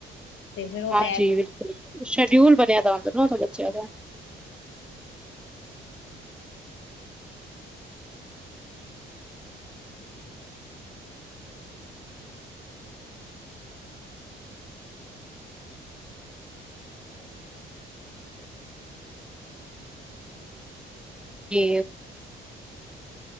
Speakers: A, on the left; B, in the centre.
A: ਤੇ ਫੇਰ ਉਹ
B: ਹਾਂਜੀ
A: ਟੈਮ
B: ਬਿਲਕੁਲ ਸ਼ਡਿਊਲ ਦੇ ਪੱਗ ਪੀਬਣਿਆ। <unintelligible> ਬੱਚਿਆਂ ਦਾ। ਵੀ